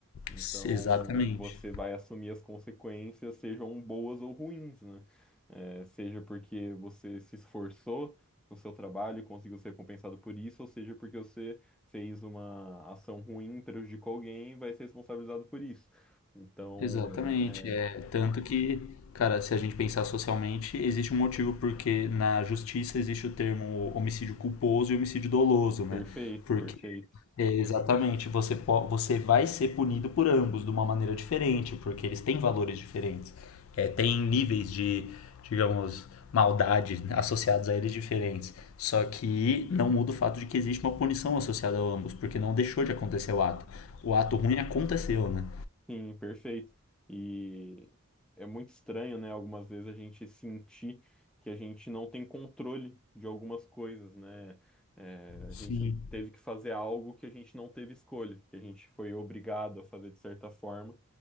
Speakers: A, in the centre; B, on the left.
A: Então,
B: S- Exatamente.
A: você vai assumir as consequências, sejam boas ou ruins, né? É, seja porque você se esforçou no seu trabalho e conseguiu ser recompensado por isso, ou seja porque você fez uma ação ruim, prejudicou alguém e vai ser responsabilizado por isso. Então,
B: Exatamente,
A: é,
B: é tanto que, cara, se a gente pensar socialmente, existe um motivo porque na justiça existe o termo homicídio culposo e homicídio doloso, né?
A: perfeito,
B: Porque
A: perfeito.
B: é, exatamente, você po- você vai ser punido por ambos de uma maneira diferente, porque eles têm valores diferentes. É, tem níveis de, digamos, maldade associados a eles diferentes. Só que não muda o fato de que existe uma punição associada a ambos, porque não deixou de acontecer o ato. O ato ruim aconteceu, né?
A: Sim, perfeito. E é muito estranho, né? Algumas vezes a gente sentir que a gente não tem controle de algumas coisas, né? É, a
B: Sim.
A: gente teve que fazer algo que a gente não teve escolha, que a gente foi obrigado a fazer de certa forma,